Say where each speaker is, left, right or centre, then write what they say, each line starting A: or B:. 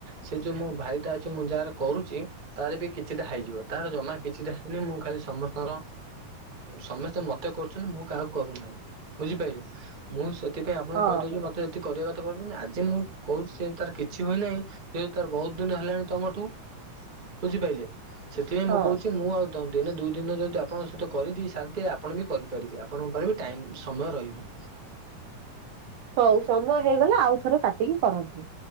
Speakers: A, on the right; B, on the right.
A: ସେ ଯୋଉ ମୋ ଭାଇଟା ଅଛି ମୁଁ ଯାହାର କରୁଛି ତାର ବି କିଛିଟା ହେଇଯିବ, ତାର ଜମା କିଛିଟା ହେଇନି ମୁଁ ଖାଲି ସମସ୍ତଙ୍କର ସମସ୍ତେ ମତେ କରୁଛନ୍ତି ମୁଁ କାହା କରୁନାହିଁ, ବୁଝିପାରିଲେ? ମୁଁ ସେଥିପାଇଁ ଆପଣଙ୍କୁ
B: ହଁ
A: କହିଦଉଛି ମତେ ଏଥି କରିବା କଥା କହୁଛନ୍ତି ଆଜି ମୁଁ କହୁଛି ଯେ ତାର କିଛି ହୋଇନାହିଁ, ଯେ ତାର ବହୁତ ଦିନ ହେଲାଣି ତମଠୁ। ବୁଝିପାରିଲେ, ସେଥିପାଇଁ ମୁଁ
B: ହଁ
A: କହୁଛି ମୁଁ ଆଉ ଦିନେ ଦୁଇ ଦିନ ଯଦି ଆପଣଙ୍କ ସହିତ କରିଦେଇ ସାରିଦିଏ ଆପଣ ବି କରିପାରିବେ ଆପଣଙ୍କର ବି ଟାଇମ ସମୟ ରହିବ।
B: ହଉ ସମୟ ହେଇଗଲେ ଆଉ ଥରେ କାଟିକି କରନ୍ତୁ।